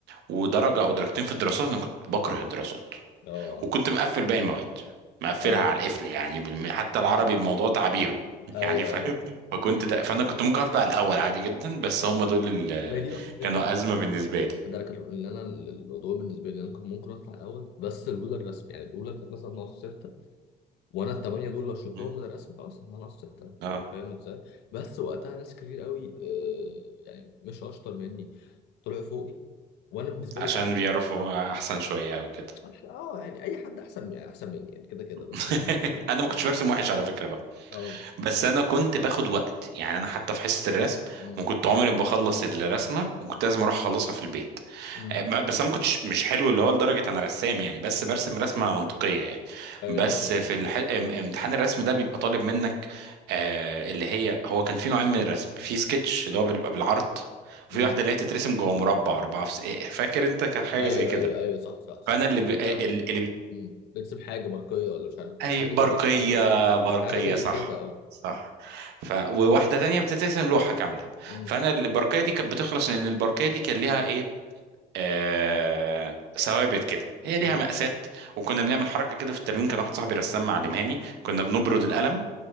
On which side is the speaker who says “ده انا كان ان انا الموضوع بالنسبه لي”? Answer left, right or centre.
Left